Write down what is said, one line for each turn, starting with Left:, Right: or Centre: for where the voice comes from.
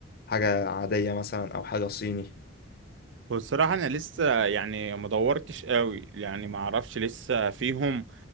Left: حاجه عاديه مثلا او حاجه صيني
Right: والصراحة أنا لسه يعني ما دورتش قوي يعني ما أعرفش لسه فيهم